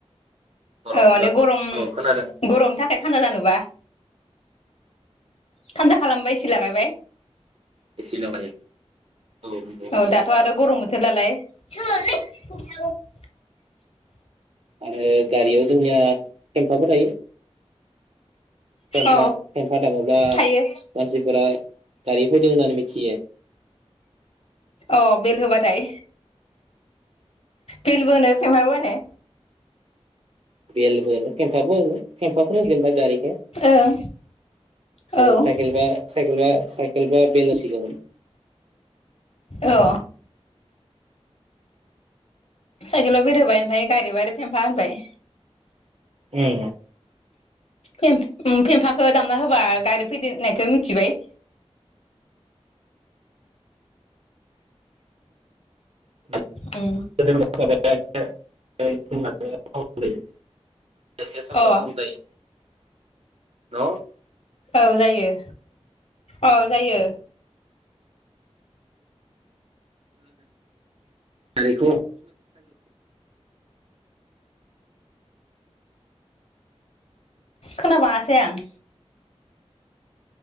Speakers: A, on the right; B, on the left.
A: गरम
B: औ माने
A: औ
B: गरम
A: खोनादों
B: गरमनि थाखाय थान्दा जानोबा <inaudible> थान्दा खालामबाय एसि लागायबाय
A: एसेल' लायो औ नंगौ।
B: औ दाथ' आरो गरम बो <unintelligible>
A: आरो गारियाव जोंनिया फेमफाबो थायो फेमफा
B: औ
A: फेमफा दाङोब्ला
B: थायो
A: मानसिफोरा दारि फैदों होननानै मिथियो
B: अ बेल होबाथाय बेलबो फेमफाबो नामा
A: बेेलबो फेमफाबो केमपाफोर होनगोनदां गारिनिखौ
B: ओं औ
A: साइकेल बा साइकेल बा साइकेलबा बेल होसिगोमोन
B: औ साइकेलाव बेलहोबाय ओमफ्राय गारियाव आरो फेफा होनबाय
A: ए
B: फेमफाखौ दामना होबा गारि फैदो होननायखौ मिथिबाय
A: <unintelligible>
B: उम
A: <unintelligible> <unintelligible>
B: अ
A: ने
B: औ जायो औ जायो
A: गारिखौ
B: खोनाबांआसै आं